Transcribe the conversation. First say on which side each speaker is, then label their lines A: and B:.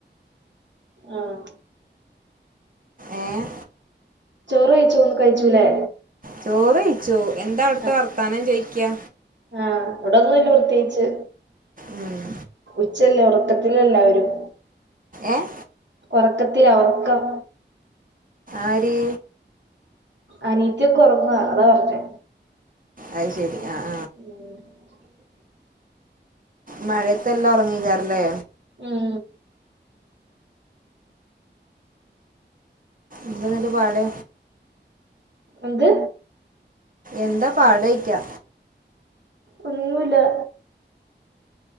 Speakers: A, on the right (about 75°); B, on the right (about 45°).
A: ആഹ്
B: ഏഹ്
A: ചോറ് കഴിച്ചോന്ന് കഴിച്ചൂല്ലേ
B: ചോറ് കഴിച്ച് എന്താ അവിടുത്തെ
A: ആഹ്
B: വർത്താനം ചോയിക്കാ
A: ആഹ് ഇവിടൊന്നുല്ല പ്രത്യേകിച്ച്.
B: ഉം.
A: ഉ ച്ചല്ലേ ഉറക്കത്തില എല്ലാവരും
B: ഏഹ്
A: ഒറക്കത്തില ഒറക്കം
B: ആര്?
A: അനീത്തിയൊക്കെ ഉറങ്ങ അതാ പറഞ്ഞേ
B: അത് ശെരി ആഹ്
A: ഉം
B: മഴയത്തെല്ലാം ഉറങ്ങേക്കാരല്ലേ
A: ഉം
B: എന്താ എന്നിട്ട് പാട്
A: എന്ത്
B: എന്താ പാടോയിക്ക
A: ഒന്നുല്ല